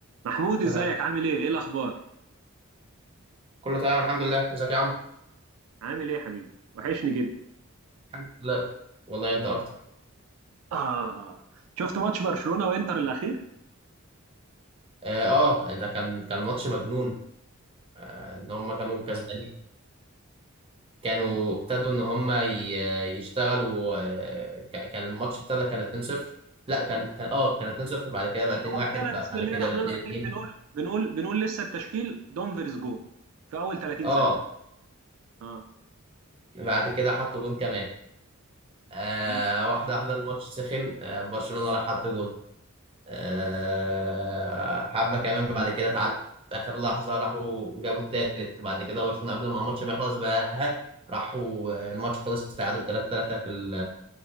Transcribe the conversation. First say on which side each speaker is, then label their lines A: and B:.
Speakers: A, on the right (about 75°); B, on the right (about 25°).
A: محمود ازيك
B: بدأت
A: عامل ايه؟ ايه الاخبار؟
B: كله تمام الحمد لله ازيك يا عم
A: عامل ايه يا حبيبي؟ وحشني جدا.
B: الحمد لله والله انت اكتر
A: آه شفت ماتش برشلونة وانتر الاخير؟
B: اه آه، ده كان كان ماتش مجنون آه ان هم كانوا كسبانين كانوا ابتدوا ان هم ي- يشتغلوا آه ك- كان الماتش ابتدى كان 2-0 لا كان كان اه كان 2-0 بعد كده بقى 2-1
A: هو ابتدى
B: بعد
A: بسم الله
B: كده
A: الرحمن
B: بقى 2-2
A: الرحيم بنقول بنقول بنقول لسه التشكيل دومفريز جول في اول 30
B: اه
A: ثانية. اه
B: بعد كده حطوا جون كمان آه
A: لا
B: واحده واحده الماتش سخن آه برشلونة راح حط جون آه، حبة كمان بعد كده اتعادلوا في آخر لحظة راحوا جابوا التالت بعد كده برشلونة قبل ما الماتش ما يخلص بقى ها، راحوا آه، الماتش خلص تعادل 3-3 في ال-